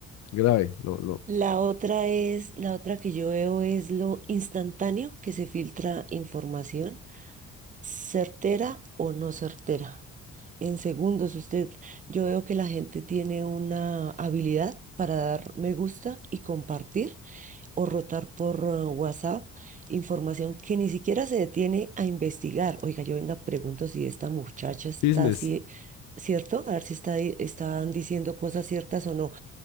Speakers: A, on the left; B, on the right.
A: grave, lo, lo,
B: La otra es, la otra que yo veo es lo instantáneo que se filtra información, certera o no certera. En segundos, usted, yo veo que la gente tiene una habilidad para dar me gusta y compartir o rotar por uh, WhatsApp información que ni siquiera se detiene a investigar. Oiga, yo venga, pregunto si esta muchacha está
A: chismes.
B: así, ¿cierto? A ver si está, di- están diciendo cosas ciertas o no.